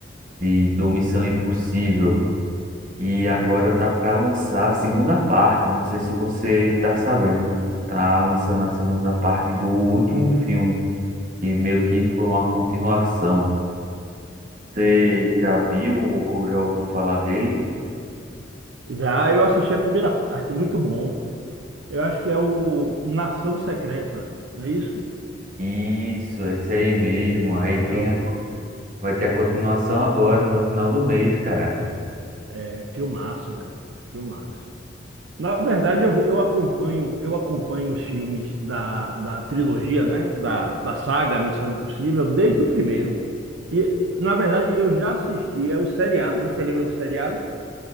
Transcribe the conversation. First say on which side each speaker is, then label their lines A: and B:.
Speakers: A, on the right; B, on the right.
A: de, do Missão Impossível. E agora tá para lançar a segunda parte. Não sei se você tá sabendo. Tá lançando a segunda parte do último filme, que meio que foi uma continuação. Você já viu ou já ouviu falar dele?
B: Já eu assisti a primeira parte, muito bom. Eu acho que é o Nação Secreta, não é isso?
A: Isso, esse aí mesmo. Aí
B: É
A: tem
B: o
A: a- vai ter a continuação agora, no final do mês, cara.
B: é filmaço, velho. Filmaço. Na verdade, eu, eu acompanho, eu acompanho os filmes da, da trilogia, né? Da, da saga Missão Impossível, desde o primeiro. E, na verdade, eu já assisti assistia o seriado. Você lembra do seriado?